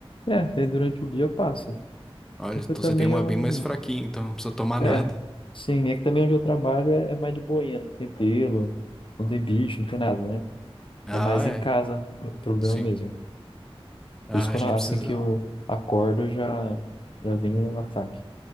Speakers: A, on the left; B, in the centre.
A: É, até durante o dia passa.
B: Olha,
A: Porque
B: então
A: também
B: você tem uma
A: eu
B: bem
A: não.
B: mais fraquinha, então não precisa tomar
A: É,
B: nada. <laughs>
A: sim, é que também onde eu trabalho é, é mais de boinha, não tem pelo, não tem bicho, não tem nada, né?
B: Ah,
A: É mais em
B: é.
A: casa é o problema
B: Sim.
A: mesmo.
B: Ah,
A: Por isso, quando,
B: a gente
A: assim
B: precisa.
A: que eu acordo, eu já, já vem o ataque.